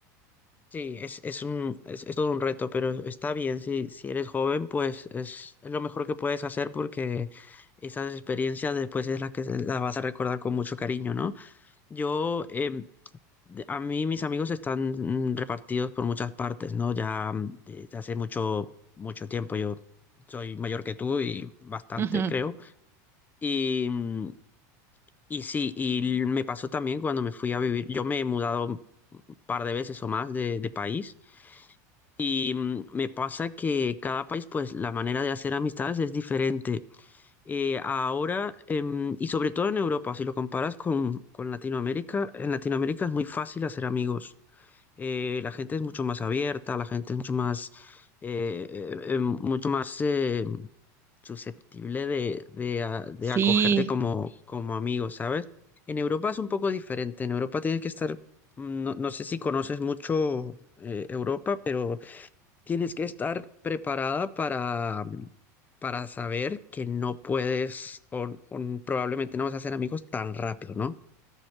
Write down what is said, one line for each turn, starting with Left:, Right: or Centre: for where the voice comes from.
Left: Sí, es, es un, es, es todo un reto, pero está bien, si, si eres joven, pues es, es lo mejor que puedes hacer porque esas experiencias después es las que se- las vas a recordar con mucho cariño, ¿no? Yo, em, de- a mí mis amigos están mm, repartidos por muchas partes, ¿no? Ya mm, desde hace mucho, mucho tiempo yo soy mayor que tú y bastante,
Right: <laughs> Ujú.
Left: creo. Y, mm, y sí, y me pasó también cuando me fui a vivir, yo me he mudado un par de veces o más de, de país y mm, me pasa que cada país, pues la manera de hacer amistades es diferente. Eh, ahora, em, y sobre todo en Europa, si lo comparas con, con Latinoamérica, en Latinoamérica es muy fácil hacer amigos. Eh, la gente es mucho más abierta, la gente es mucho más, eh, eh, em, mucho más eh, susceptible de, de, a- de
Right: Sí,
Left: acogerte como, como amigo, ¿sabes? En Europa es un poco diferente. En Europa tienes que estar, mm, no, no sé si conoces mucho eh, Europa, pero tienes que estar preparada para, mm, para saber que no puedes o, o probablemente no vas a ser amigos tan rápido, ¿no?